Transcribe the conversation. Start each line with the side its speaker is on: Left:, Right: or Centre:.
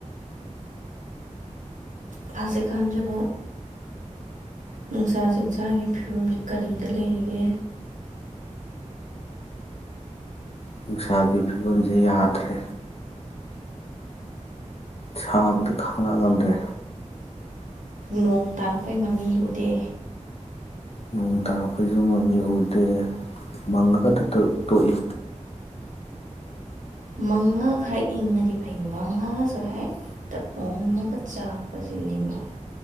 Right: ꯐꯥꯖꯤꯛꯀꯥꯟꯗꯕꯨ ꯅꯨꯡꯁꯥ ꯆꯤꯡꯁꯥꯒꯤ ꯐꯤꯕꯝꯁꯦ ꯀꯔꯤꯗ ꯂꯩꯔꯤꯒꯦ
Left: ꯅꯨꯡꯁꯥꯒꯤ ꯐꯤꯕꯝꯁꯦ ꯌꯥꯗ꯭ꯔꯦ ꯁꯥꯕꯗ ꯈꯪꯅ ꯉꯝꯗ꯭ꯔꯦ
Right: ꯅꯣꯡ ꯇꯥꯔꯛꯄꯩ ꯃꯃꯤ ꯎꯗꯦ
Left: ꯅꯣꯡ ꯇꯥꯔꯛꯄꯣꯏꯁꯨ ꯃ ꯃꯤ ꯎꯗꯦ ꯃꯪꯉꯒ ꯇꯣꯛꯏ
Right: ꯃꯪꯉꯒ ꯈꯔ ꯏꯪꯉꯗꯤ ꯐꯩ ꯃꯪꯉꯒꯁꯨ ꯍꯦꯛꯛꯇ ꯑꯣꯝꯃꯒ ꯆꯥꯛꯄꯁꯦ ꯅꯤꯃꯤꯨ